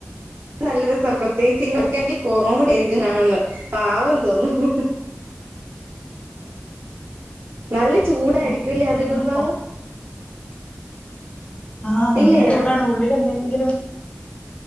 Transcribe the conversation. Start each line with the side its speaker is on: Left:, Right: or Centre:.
Right: നല്ല രസം പ്രത്യേകിച്ച് ഇങ്ങോക്ക് എനിക്ക് കോമടി യിരിക്കും കാണുന്നത് പാവം തോന്നുന്നു നല്ല ചൂടായിരിക്കല്ലേ
Left: ഇപ്പോ
Right: അതിടുമ്പോ
Left: ഒന്ന് ആഹ നല്ല
Right: ഇല്ലേ
Left: ചൂടാണ് ഉള്ളിൽ എന്തെങ്കിലും